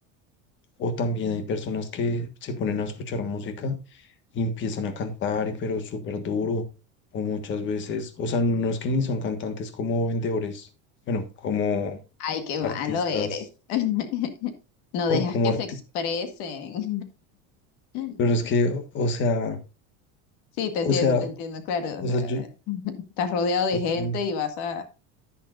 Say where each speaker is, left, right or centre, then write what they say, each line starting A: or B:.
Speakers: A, on the left; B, on the left.
A: O también hay personas que se ponen a escuchar música y empiezan a cantar, y pero súper duro, o muchas veces, o sea, no es que ni son cantantes como vendedores, bueno, como
B: Ay, qué
A: artistas,
B: malo eres. <laughs> No
A: o
B: dejas
A: como
B: que
A: artistas,
B: se expresen. <laughs>
A: pero es que, o sea,
B: Sí, te
A: O
B: entiendo,
A: sea,
B: te entiendo, claro.
A: o
B: o sea,
A: sea, yo,
B: <laughs> estás rodeado de
A: es
B: gente
A: como,
B: y vas a...